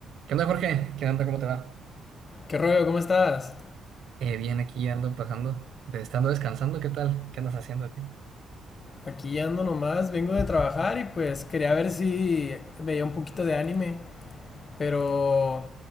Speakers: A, on the right (about 75°); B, on the left (about 40°).
A: ¿Qué onda, Jorge? ¿Qué onda? ¿Cómo te va?
B: ¿Qué rollo? ¿Cómo estás?
A: Eh, bien, aquí ando pasando, de estando descansando, ¿qué tal? ¿Qué andas haciendo aquí?
B: Aquí ando nomás, vengo de trabajar y pues quería ver si veía un poquito de anime, pero